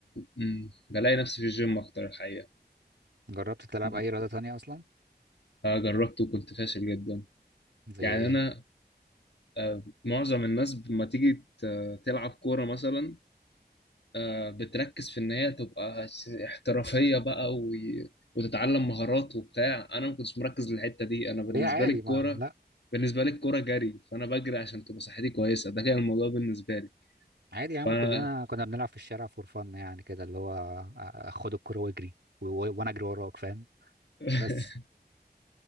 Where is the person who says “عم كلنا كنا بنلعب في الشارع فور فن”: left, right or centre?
Right